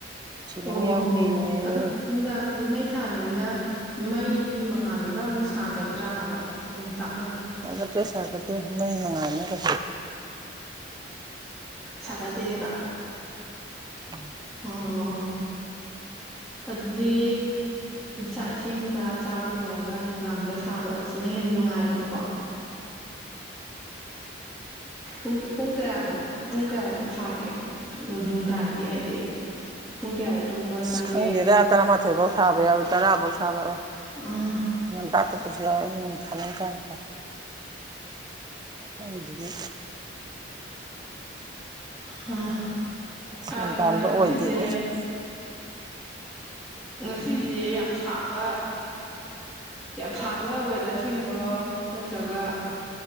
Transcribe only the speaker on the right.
ꯁꯤꯂꯤꯡ
ꯌꯥꯎꯗꯦꯌꯦ
ꯑ ꯄꯦꯁꯥ ꯀꯠꯇꯦ ꯃꯩ ꯃꯉꯥꯅꯤ ꯀ
ꯎꯝ
ꯁꯤꯈꯪꯗꯦꯔꯥ ꯇꯔꯥ ꯃꯥꯥꯊꯣꯏꯕꯥꯎ ꯁꯕ ꯌꯥ ꯇꯔꯥꯕꯧ ꯁꯕ
ꯇꯥꯛ ꯄꯨꯁꯨ ꯊꯥꯅꯤꯡꯅꯤꯡ ꯀꯥꯏꯅꯁ ꯑꯩꯁꯤꯗꯤ
ꯁꯦꯟ
ꯇꯥꯟꯕ
ꯑꯣꯏꯗꯦꯕ ꯍꯧꯖꯤꯛ